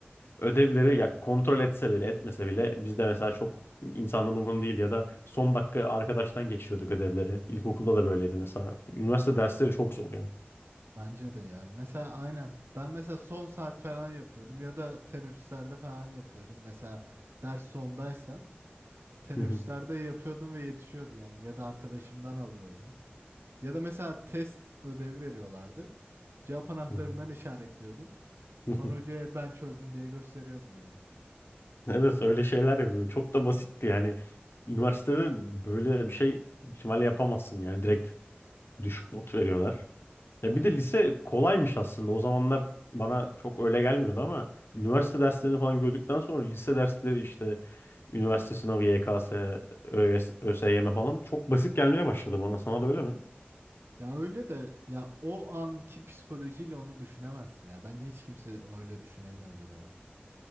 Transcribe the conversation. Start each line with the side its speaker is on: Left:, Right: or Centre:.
Left: ödevleri ya kontrol etse bile etmese bile bizde mesela çok insanların umurunda değil ya da son dakika arkadaştan geçiyorduk ödevleri. İlkokulda da böyleydi mesela. Üniversite dersleri çok zor yani.
Right: Bence de ya. Mesela aynen. Ben mesela son saat falan yapıyordum ya da teneffüslerde falan yapıyordum. Mesela ders sondaysa teneffüslerde
Left: Hı hı,
Right: yapıyordum ve yetişiyordu yani. Ya da arkadaşımdan alıyordum. Ya da mesela test ödevi veriyorlardı. Cevap anahtarından
Left: hı hı,
Right: işaretliyordum.
Left: <laughs> hı
Right: Sonra
Left: hı.
Right: hocaya ben çözdüm diye gösteriyordum yani.
Left: Evet öyle şeyler yapıyorduk. Çok da basitti yani. Üniversitede böyle bir şey ihtimalle yapamazsın yani. Direkt düşük not veriyorlar. Ya
Right: Aynen.
Left: bir de lise kolaymış aslında. O zamanlar bana çok öyle gelmiyordu ama üniversite derslerini falan gördükten sonra lise dersleri işte üniversite sınavı, YKS, ÖS, ÖSYM falan çok basit gelmeye başladı bana. Sana da öyle mi?
Right: Ya öyle de ya o anki psikolojiyle onu düşünemezsin ya. Bence hiç kimse öyle düşünemiyordur ya.